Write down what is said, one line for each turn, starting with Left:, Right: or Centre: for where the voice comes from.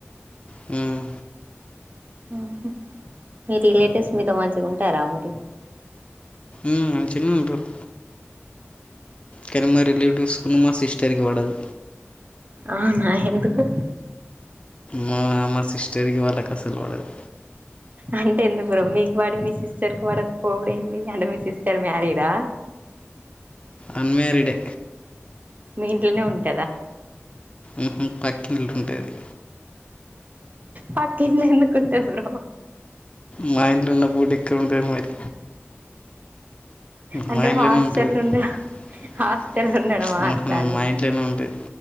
Left: మ్
Right: ఉంహు మీ రిలేటివ్స్ మీతో మంచిగా ఉంటారా మరి
Left: మ్ మంచిగానే ఉంటారు కానీ మా రిలేటివ్స్ కూనీ మా సిస్టర్ కి పడదు
Right: ఆ నా ఎందుకు
Left: మా నాన్న సిస్టర్కి వాళ్ళకి అసలు పడదు
Right: అంటే ఎంత దూరం మీకు వాడి మీ సిస్టర్ కి వాడక పోవుడు ఏంది అంటే మీ సిస్టర్ మ్యారీడా
Left: అన్మ్యారీడే
Right: మీ ఇంట్లోనే ఉంటదా
Left: ఈ ఈ పక్కిఇంట్ల ఉంటది.
Right: పక్కనే ఎందుకు ఉంటది బ్రో,
Left: మా ఇంట్లో ఉన్న పూట ఇక్కడుంటే మరి
Right: అంటే
Left: మా ఇంట్లోనే
Right: హాస్టల్
Left: ఉంటది
Right: ఉండ
Left: మా
Right: హాస్టల్ ఉండడమా అట్లా అని
Left: ఇంట్లోనే ఉంటది